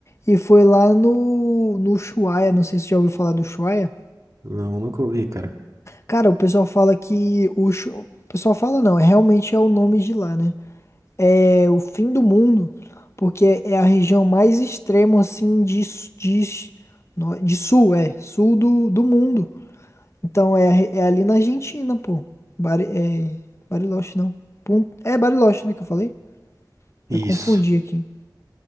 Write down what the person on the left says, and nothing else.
e foi lá no, no Ushuaia. Não sei se você já ouviu falar do Ushuaia.
Cara, o pessoal fala que o, Ushu- o pessoal fala não, é realmente é o nome de lá, né? É o fim do mundo, porque é a região mais extrema assim de, s- de, s- no- de sul, é, sul do, do mundo. Então é, é ali na Argentina, pô. Bari, é, Bariloche, não. Pun- É Bariloche, né, que eu falei?
Já confundi aqui.